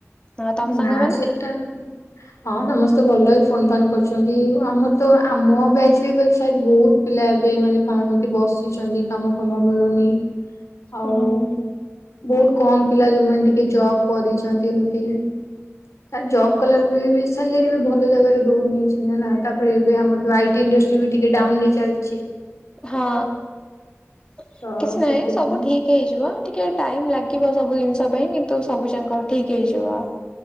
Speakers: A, on the left; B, on the left.
A: ହଁ ତମ ସାଙ୍ଗମାନେ?
B: ନାଁ ସେଟା ହଁ ସମସ୍ତେ ଭଲ ଏଇ ଫୋନ ଫାନ୍ କରୁଛନ୍ତି ଆମର ତ ଆମ ବ୍ୟାଚରେ <unintelligible> ବହୁତ ପିଲା ଏବେ ମାନେ ଫାଂ ଏମତି ବସିଛନ୍ତି କାମ ଫାମ ମିଳୁନି।
A: ହୁଁ
B: ଆଉ
A: ହୁଁ।
B: ବହୁତ କମ ପିଲା ଯୋଉମାନେ ଟିକେ ଜବ କରିଛନ୍ତି ଏମତି ତାର ଜବ୍ କଲା ସାଲାରୀ ବି ଭଲ ଜାଗାରେ ଦଉନି ତାପରେ ଏବେ ଆମର ଆଇଟି ଇଣ୍ଡଷ୍ଟ୍ରି ବି ଟିକେ ଡାଉନ ରେ ଚାଲିଚି।
A: ହଁ କିଛି
B: ତ
A: ନାହିଁ
B: ସେଥିପାଇଁ
A: ସବୁ ଠିକ୍ ହେଇଯିବ ଟିକେ ଟାଇମ ଲାଗିବ ସବୁ ଜିନିଷ ପାଇଁ କିନ୍ତୁ ସବୁ ଯାକ ଠିକ ହେଇଯିବ।